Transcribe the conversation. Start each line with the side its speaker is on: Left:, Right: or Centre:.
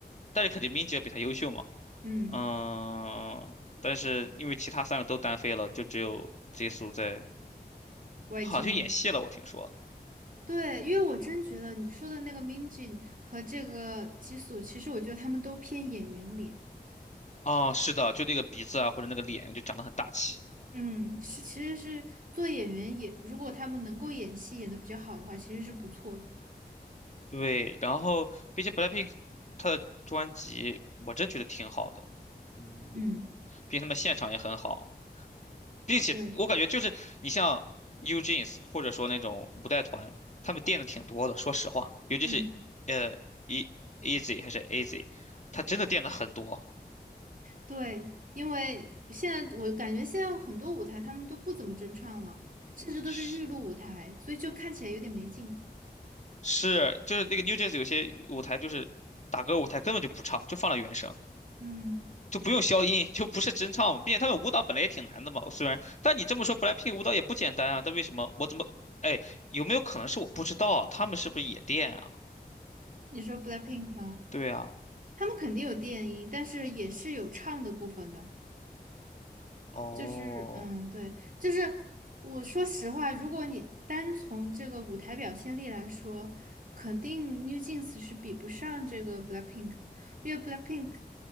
Left: 但是肯定 Mingy 要比他优秀嘛。
Right: 嗯
Left: 嗯，但是因为其他三个都单飞了，就只有 Jisoo 在，
Right: ，YG
Left: 好像去演戏了，
Right: 吗？
Left: 我听说。
Right: 对，因为我真觉得你说的那个 Minji 和这个吉素，其实我觉得他们都偏演员脸。
Left: 哦，是的，就那个鼻子啊，或者那个脸就长得很大气。
Right: 嗯，是，其实是做演员也，如果他们能够演戏演得比较好的话，其实是不错的。
Left: 对，然后并且 BLACKPINK 他的专辑我真觉得挺好的，嗯，
Right: 嗯，
Left: 并且他们现场也很好，并且我感觉就是你像
Right: 对，
Left: New Jeans 或者说那种五代团，他们垫的挺多的，说实话，尤其是呃
Right: 嗯，
Left: E Easy 还是 AZ，他真的垫的很多，
Right: 对，因为现在我感觉现在很多舞台他们都不怎么真唱了，甚至都是预录舞台，
Left: 是
Right: 所以就看起来有点没劲。
Left: 是就是那个 New Jeans 有些舞台就是打歌舞台根本就不唱，就放了原声。
Right: 嗯，
Left: 就不用消音，就不是真唱嘛。并且他们舞蹈本来也挺难的嘛，虽然，但你这么说，BLACKPINK 舞蹈也不简单啊。但为什么我怎么，哎，有没有可能是我不知道啊？他们是不是也电啊？
Right: 你说 BLACKPINK 吗？
Left: 对啊，
Right: 他们肯定有电音，但是也是有唱的部分的。
Left: 哦
Right: 就是嗯，对，就是我说实话，如果你单从这个舞台表现力来说，肯定 New Jeans 是比不上这个 BLACKPINK 的，因为 BLACKPINK